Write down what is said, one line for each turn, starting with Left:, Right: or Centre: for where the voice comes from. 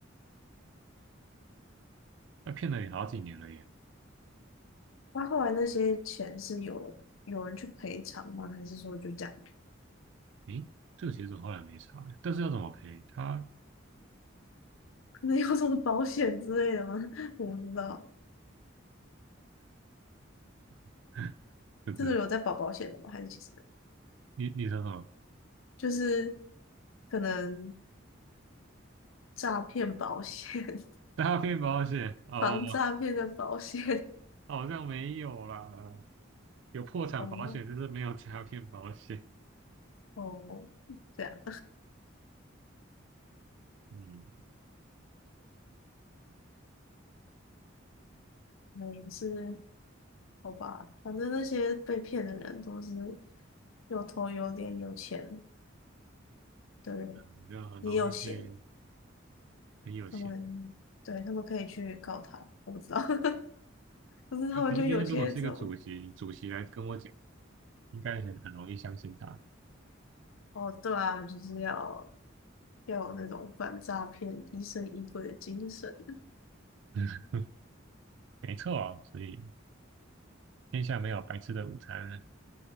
Right: 他骗了你好几年了耶！
Left: 那后来那些钱是有有人去赔偿吗？还是说就这样？
Right: 诶，这个其实我后来没查，但是要怎么赔他
Left: 可能有什么保险之类的吗？<laughs> 我不知道，
Right: <laughs> 不知道。
Left: 这个有在保保险的吗？还是其实没有
Right: 你你说什么？
Left: 就是可能诈骗保险、<laughs>
Right: 诈骗保险？哦，
Left: 防诈骗的保险。
Right: 好像没有啦，有破产保险，
Left: <laughs> 哦
Right: 但是没有诈骗保险。
Left: 哦，这样，
Right: 嗯，
Left: 那也是好吧。反正那些被骗的人都是有头有脸、有钱的人，
Right: 你就很容易被
Left: 也有闲，
Right: 很有钱。
Left: 他们对他们可以去告他。我不知道，<laughs> 可是他们就有些这种。
Right: 那、可是今天如果是一个主席，主席来跟我讲。应该很很容易相信他。
Left: 哦，对啊，就是要要有那种反诈骗疑神疑鬼的精神。
Right: <laughs> 没错，所以天下没有白吃的午餐。